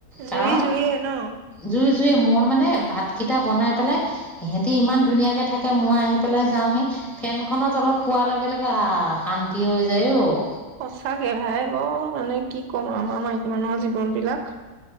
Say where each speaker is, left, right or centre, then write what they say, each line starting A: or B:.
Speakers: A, on the right; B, in the centre.
A: জুই
B: কাৰণ
A: জুইয়ে ন'!
B: জুই জুইয়ে। মই মানে ভাতকেইটা বনাই পেলাই সেহেঁতি ইমান ধুনীয়াকে থাকে। মই আহি পেলাই যাওঁহি ফেনখনত অলপ পোৱাৰ লগে ল আহ শান্তি হৈ যায় অ'।
A: সঁচাকে ভাই। বৰ মানে কি ক'ম আমাৰ মাইকী মানুহৰ জীৱন বিলাক।